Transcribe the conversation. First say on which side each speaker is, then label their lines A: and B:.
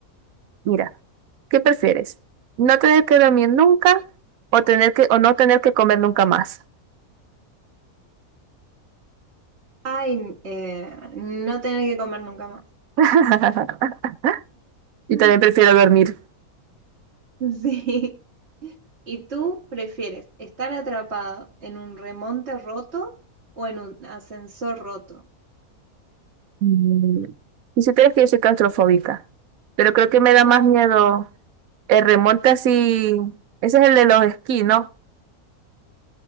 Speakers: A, on the right; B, on the right.
A: Mira, ¿qué prefieres? ¿No tener que dormir nunca o tener que, o no tener que comer nunca más?
B: ay, eh, no tener que comer nunca más.
A: <laughs> Yo
B: <laughs>
A: también prefiero dormir.
B: Sí. ¿Y tú prefieres estar atrapado en un remonte roto o en un ascensor roto?
A: Mm, Y si tienes que yo soy claustrofóbica, pero creo que me da
B: Ay,
A: más miedo
B: no.
A: el remonte así. Ese es el de los esquí, ¿no?